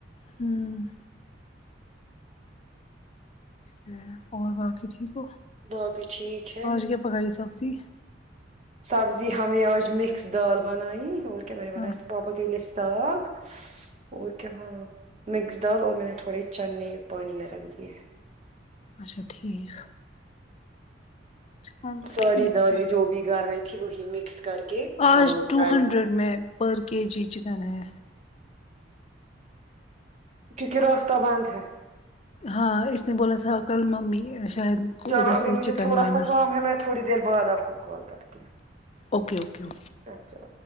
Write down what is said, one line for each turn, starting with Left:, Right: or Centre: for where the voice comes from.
Left: ہوں ا اور باقی ٹھیک ہو
Right: باقی ٹھیک ہے
Left: آج کیا پکائی سبزی
Right: سبزی ہم نے آج مکس دال بنائیے اور کیا نے بس
Left: ہاں
Right: پاپک کےیل ساگ اور کیا ہاں مکس دال اور میں نے تھوڑے چنے پانی میں رکھ دیے
Left: اچھا ٹھیک چلو
Right: ساری
Left: ٹھیک
Right: سوری
Left: ہے
Right: جو بھی گھر میں تھی وہی مکس کر کے
Left: آج
Right: ہم نے
Left: ٹو
Right: کر
Left: ہنڈریڈ
Right: دی
Left: میں پر کے جی چکن ہے
Right: کیونکہ راستہ بند ہے
Left: ہاں اس نے بولا تھا کل ممی شاید کو
Right: چلو
Left: ادھر
Right: ابھی
Left: سے
Right: مجھے
Left: چکن
Right: تھوڑا
Left: لانا
Right: سا کام ہے میں تھوڑی دیر بعد آپ کو کال کرتی ہ
Left: اوکے اوک اوے
Right: اچھا